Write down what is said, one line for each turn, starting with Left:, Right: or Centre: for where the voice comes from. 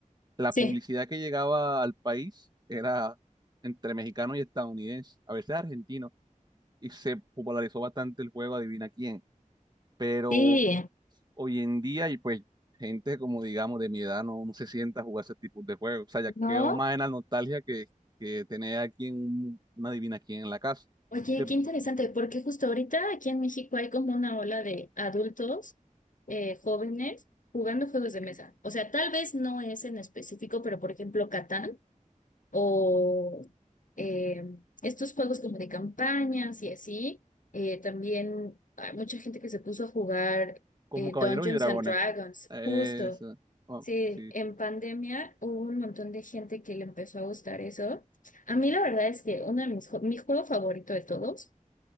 Right: la
Left: Sí,
Right: publicidad que llegaba al país era entre mexicano y estadounidense, a veces argentino, y se popularizó bastante el juego Adivina quién. Pero
Left: sí,
Right: hoy en día y pues gente como digamos de mi edad no, no se sienta a jugar ese tipo de juegos. O sea, ya
Left: ¿no?
Right: quedo más en la nostalgia que, que tener aquí un, una divina aquí en la casa.
Left: Oye,
Right: Eh,
Left: qué interesante, porque justo ahorita aquí en México hay como una ola de adultos eh, jóvenes jugando juegos de mesa. O sea, tal vez no es en específico, pero por ejemplo, Catán. o eh, estos juegos como de campañas y así. Eh, también hay mucha gente que se puso a jugar
Right: como
Left: eh,
Right: Caballeros
Left: Dungeons
Right: y Dragones.
Left: and Dragons,
Right: Eso.
Left: justo.
Right: Bueno,
Left: Sí,
Right: sí.
Left: en pandemia hubo un montón de gente que le empezó a gustar eso. A mí la verdad es que uno de mis, jue- mi juego favorito de todos